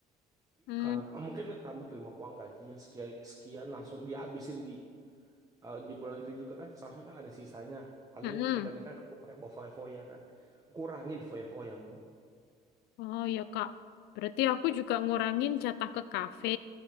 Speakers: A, on the left; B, on the right.
A: Hmm.
B: Kalau eh, mungkin kamu terima uang gaji yang sekian sekian langsung dihabisin di eh, di bulan itu juga kan seharusnya kan ada sisanya. Paling
A: Mm-mm.
B: kebanyakan kamu pakai bawa foya-foya kan. Kurangin foya-foyamu
A: Oh ya Kak, berarti aku juga ngurangin jatah ke kafe.